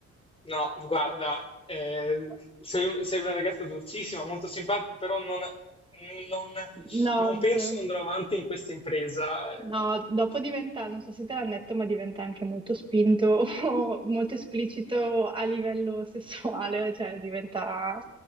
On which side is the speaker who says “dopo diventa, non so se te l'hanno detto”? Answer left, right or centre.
Right